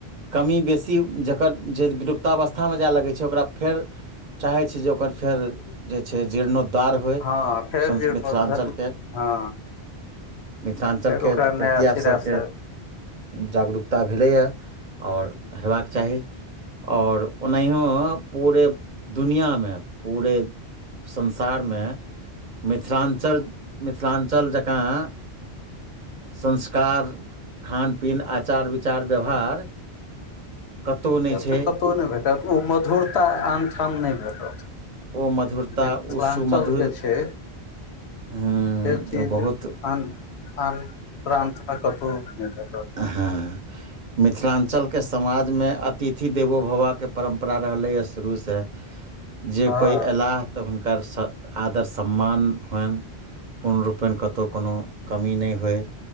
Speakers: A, on the right; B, on the left.
A: कमी बेसी जे किछु विलुप्तावस्थामे जाय लगैत छै, ओकरा फेर चाहैत छी जे ओकर फेरसँ जीर्णोद्धार हो।
B: हँ फेर
A: समस
B: जीर्णोद्धार
A: मिथिलांचल के
B: हँ
A: मिथिलांचल
B: फेर
A: के
B: ओकरा
A: प्रतियास
B: नया सिरासँ
A: सभके
B: से
A: जागरूकता भेलैए आओर हयबाक चाही आओर ओनाहिओ पूरे दुनियाँ मे पूरे संसारमे मिथिलांचल मिथिलांचल जकाँ संस्कार खान पीन आचार विचार व्यवहार कतहु नहि
B: इए
A: छै
B: तऽ कतहु नहि भेटत ओ मधुरता आनठाम नहि भेटत
A: ओ मधुरता
B: जे मिथिलांचल
A: ओ सुमधुर
B: के छै
A: हँ
B: एक चीज
A: बहुत
B: आन आन अन्तमे कतौ नहि भेटत <unintelligible>
A: हँ मिथिलांचल के समाजमे अ तिथि देवो भवबाके परम्परा रहलैए शुरूसँ जे
B: हँ
A: कोई अयलाह त हुनकर सँ आदर सम्मान होइन पूर्णरूपेण कतहु कोनो कमी नहि होइ,